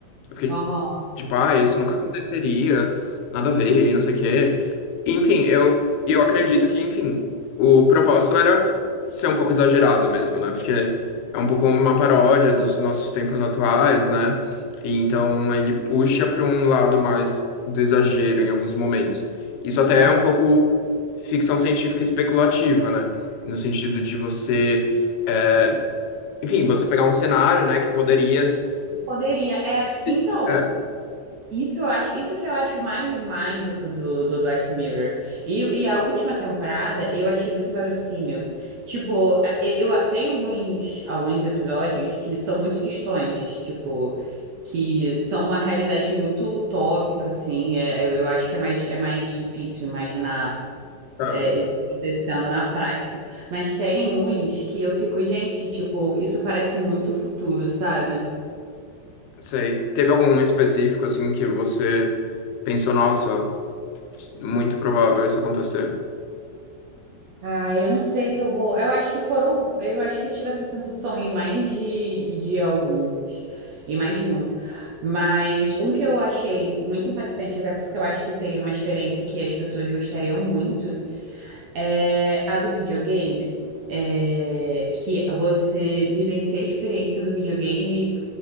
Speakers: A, on the left; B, on the right.
A: Eu fiquei
B: aham,
A: tipo, ah, isso nunca aconteceria, nada a ver, e não sei o quê. Enfim, eu, eu acredito que, enfim, o propósito era ser um pouco exagerado mesmo, né? Porque é um pouco uma paródia dos nossos tempos atuais, né? E então ele puxa para um lado mais do exagero em alguns momentos. Isso até
B: aham.
A: é um pouco ficção científica especulativa, né? No sentido de você, é, enfim, você pegar um cenário, né, que poderia s-
B: Poderia.
A: se-
B: É, então,
A: é,
B: isso eu acho, isso que eu acho mais mágico do, do Black Mirror. E, e a última temporada eu achei muito verossímil. Tipo, a- e- eu, tem alguns, alguns episódios que são muito distantes, tipo, que são uma realidade muito utópica, assim. É, eu, eu acho que é mais, é mais difícil imaginar.
A: tá.
B: é, isso acontecendo na prática. Mas tem uns que eu fico, gente, tipo, isso parece muito futuro, sabe?
A: Sei. Teve algum específico, assim, que você pensou, nossa, muito provável isso acontecer?
B: Ah, eu não sei se eu vou. Eu acho que foram. Eu acho que eu tive essa sensação em mais de, de alguns, em mais de um. Mas um que eu achei muito impactante, até porque eu acho que seria uma experiência que as pessoas gostariam muito, É a do videogame, é, que você vivencia a experiência do videogame,